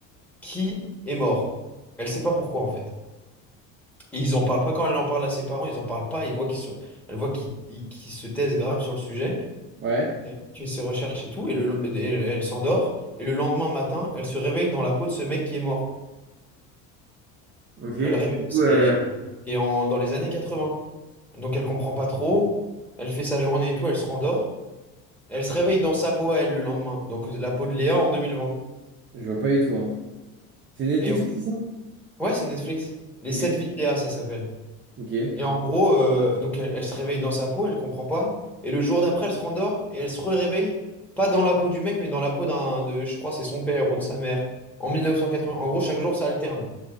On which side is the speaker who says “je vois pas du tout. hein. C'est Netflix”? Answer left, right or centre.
Right